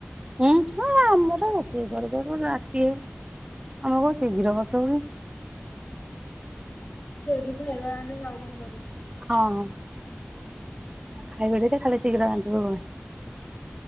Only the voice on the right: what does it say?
ଉଁ ହୁଁ ଆମର ରୋଷେଇ କରୁ କରୁ ରାତି। ଆଉ ଆମର କଣ ଶୀଘ୍ର ରୋଷେଇ ହୁଏ?
ହଁ।
ଆଉ ଖାଇବେନି ତ ଖାଇବା ଶୀଘ୍ର ରାନ୍ଧିବ କଣ ପାଇଁ।